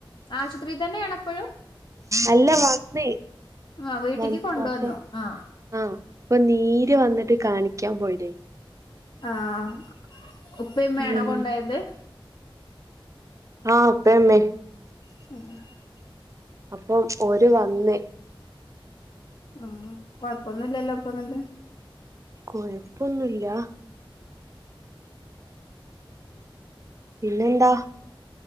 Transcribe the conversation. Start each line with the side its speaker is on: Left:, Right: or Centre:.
Left: ആശുത്രിതന്നെയാണപ്പഴും
Right: അല്ല വന്നേ
Left: ആ വീട്ടിക്ക്
Right: വന്ന്
Left: കൊണ്ടുവന്നു
Right: അപ്പൊ
Left: ആ
Right: ആഹാ അപ്പൊ നീര് വന്നിട്ട് കാണിക്കാൻ പോയിതേനി
Left: ആഹാ ഉപ്പേമ്മയാണോ
Right: ഉം
Left: കൊണ്ടേയത്
Right: ആഹാ ഉപ്പേംമ്മേം
Left: മ്ഹ്ഹ
Right: അപ്പം ഓര് വന്ന്
Left: ഉം കൊഴപ്പൊന്നുല്ലല്ലോപ്പന്നിട്ട്
Right: കൊയപ്പൊന്നുല്ലാ പിന്നെന്താ